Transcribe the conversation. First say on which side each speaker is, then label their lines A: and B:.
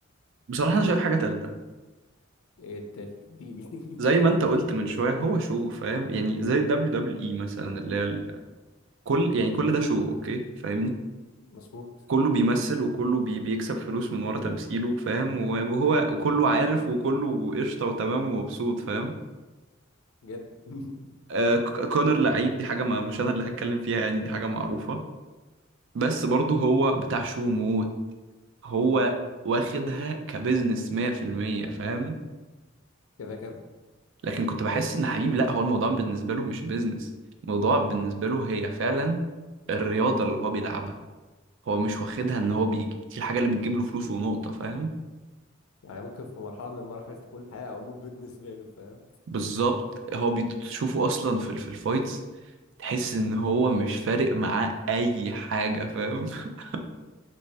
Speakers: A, on the right; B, on the left.
A: بصراحه انا شايف حاجه تالته
B: ايه التالت؟ اديني <laughs>
A: زي ما انت قلت من شويه هو شو فاهم يعني زي دبليو دبليو اي مثلا اللي هي ال- كل يعني كل ده شو اوكي فاهمني
B: مظبوط
A: كله بيمثل وكله بي بيكسب فلوس من ورا تمثيله فاهم وهو وكله عارف وكله قشطه وتمام ومبسوط فاهم
B: جدا <laughs>
A: آه ك- كونر لعيب دي حاجه ما مش انا اللي هتكلم فيها يعني دي حاجه معروفه بس برضه هو بتاع شو موت هو واخدها كبزنس 100% فاهم
B: كده كده
A: لكن كنت بحس ان حبيبي لا هو الموضوع بالنسبه له مش بيزنس الموضوع بالنسبه له هي فعلا الرياضه اللي هو بيلعبها هو مش واخدها ان هو بيجي دي الحاجه اللي بتجيب له فلوس ونقطه فاهم
B: يعني ممكن في مرحله من المراحل تكون حياه او موت بالنسبه له فاهم
A: بالظبط هو بتشوفه اصلا في ال- في الفايتس تحس ان هو مش فارق معاه اي حاجه فاهم <laughs>